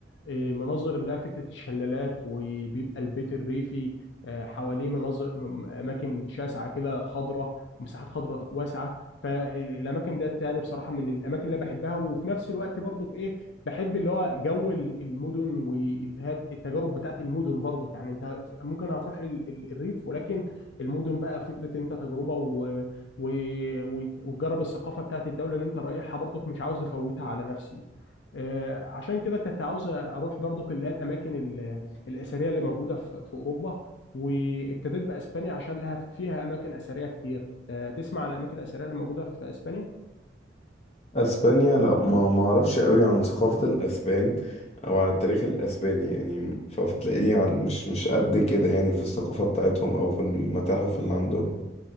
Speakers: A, on the left; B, on the left.
A: آه، مناظر اللي هي فكره الشلالات وبيبقى البيت الريفي آه، حواليه مناظر م- اماكن شاسعه كده خضراء ومساحات خضراء واسعه فالاماكن ديت يعني بصراحه من الاماكن اللي أنا بحبها وفي نفس الوقت برضو ايه بحب اللي هو جو ال- المدن والتجارب بتاعت المدن برضو يعني انت في- ممكن هتروح ال- ال- الريف ولكن المدن بقى فكره انت تجربه و- و- و- وتجرب الثقافه بتاعت الدوله اللي انت رايحها برضو مش عاوز افوتها على نفسي آه، عشان كده كنت عاوز اروح برضو اللي هي الاماكن ال- الاثريه اللي موجوده في في اوروبا وابتديت باسبانيا عشان لها فيها اماكن اثريه كتير آه، تسمع عن الاماكن الاثريه اللي موجوده في اسبانيا
B: أسبانيا لا ما ما أعرفش قوي عن ثقافة الأسبان أو عن التاريخ الأسباني يعني فبتلاقيني على- مش مش قد كده يعني في الثقافة بتاعتهم أو في المتاحف اللي عندهم